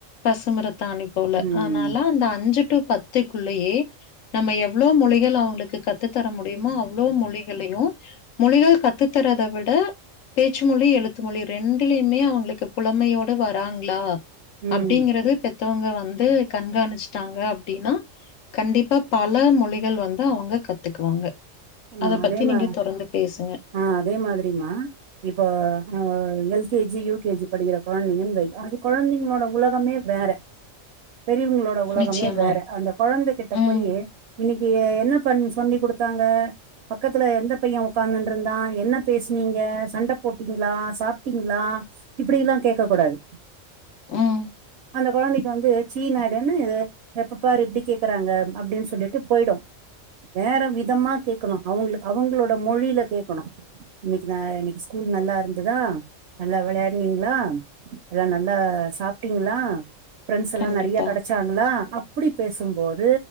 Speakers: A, on the left (about 80°); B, on the right (about 65°).
A: பசுமரத் தாணி போல
B: ம்
A: ஆனால அந்த அஞ்சு டூ பத் த்துக்குள்ளயே நம்ம எவ்ளோ மொழிகள் அவுங்களுக்கு கத் த்து தர முடியுமோ அவ்ளோ மொழிகளையு மொழிகள் கத்து தரதவிட பேச்சு மொழி எழுத்து மொழி ரெண்டுலியுமே அவுங்களுக்கு புலமையோட வர்ராங்களா
B: ம்
A: அப்டிங்கிறது பெத்தவங்க வந்து கண்காணிச்சிட்டாங்க அப்டின்னா கண்டிப்பா பல மொழிகள் வந்து அவுங்க கத்துக்குவாங்க
B: ஆ
A: அத
B: அதே
A: பத்தி
B: மா
A: நீங்க தொடர்ந்து பேசுங்க.
B: ஆ அதே மாதிரிமா இப்போ அ எல் கேஜி யூ கேஜி படிக்கிற கெழந்தைங்கன் வை அது கெழந்தைங்களோட உலகமே வேற பெரியவங்களோட உலகமே
A: நிச்சயமா.
B: வேற அந்த கெழந்தகிட்ட
A: ம்,
B: போய் இன்னிக்கு என்ன பண் சொன்னி குடுத்தாங்க பக்கத்துல எந்த பைய உக்காந்துன்ருந்தா என்ன பேசினீங்க சண்ட போட்டீங்களா சாப்பிட்டீங்களா இப்பிடி எல்லா கேட்க கூடாது
A: ம்
B: அந்த கெழந்தைக்கு வந்து சீன் ஆய்டு என்ன இது எப்ப பார் எப்டி கேக்குறாங்க அப்டின் சொல்லிட்டு போய்டு வேற விதமா கேக்கணு அவுங்களுக் அவுங்களோட மொழியில கேட்கணு இன்னிக்கு ந இன்னிக்கு ஸ்கூல் நல்லா இருந்ததா நல்லா விளையானீங்களா எல்லா நல்லா சாப்ட்டீங்களா ஃப்ரரென்ஸ் எல்லா
A: கண்டிப்பா.
B: நெறைய கடச் டாங்களா அப்டி பேசும்போது